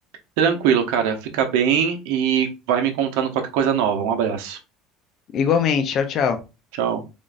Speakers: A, on the right (about 75°); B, on the left (about 40°).
A: Tranquilo, cara, fica bem e vai me contando qualquer coisa nova. Um abraço.
B: Igualmente, tchau, tchau.
A: Tchau.